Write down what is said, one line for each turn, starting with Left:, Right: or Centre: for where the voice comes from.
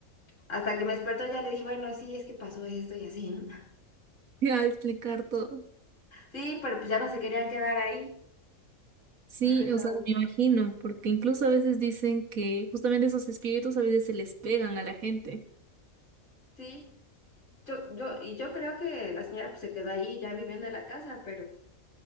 Left: Hasta que me despertó ya le dije, bueno, sí, es que pasó esto y así, ¿no? <laughs>
Right: Sí, a explicar todo.
Left: Sí, pero pues ya no se querían quedar ahí.
Right: Sí,
Left: <laughs>
Right: o sea, me imagino, porque incluso a veces dicen que justamente esos espíritus a veces se les pegan a la gente.
Left: Sí, yo, yo, y yo creo que la señora pues, se quedó ahí ya viviendo en la casa, pero,